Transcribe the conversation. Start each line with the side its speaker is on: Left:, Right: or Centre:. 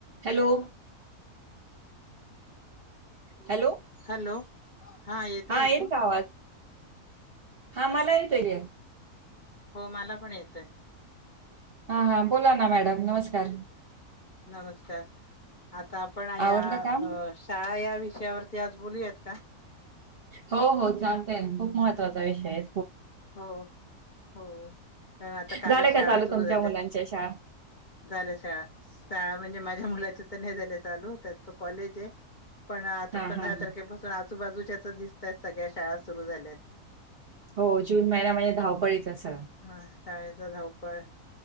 Right: Hello hello.
Left: Hello हा येत आहेऐक
Right: येतोय का आवाज? हा मला येत ग
Left: हो मला पण येतय
Right: हा हा बोला ना मॅडम नमस्कार
Left: नमस्कार आता आपण या
Right: आवरलं काम?
Left: अ शाळा या विषयावरती आज बोलूयात का?
Right: हो हो चालतंय खूप महत्त्वाचा विषय हे.
Left: हो हो कारण आता कालच
Right: झालं का
Left: शाळा
Right: चालू
Left: सुरू
Right: तुमच्या
Left: झाल्यात.
Right: मुलांच्या शाळा?
Left: झाल्या शाळा शाळा म्हणजे माझ्या मुलाच्या तर नाही झाल्यात. चालू होतंय आता कॉलेज हे पण आता
Right: हां,
Left: पंधरा
Right: हां.
Left: तारखेपसून आजूबाजूच्याच दिसतायेत सगळ्या शाळा सुरू झाल्यात.
Right: हो जून महिना म्हणजे धावपळीचा सगळा.
Left: हा शाळेचा धावपळ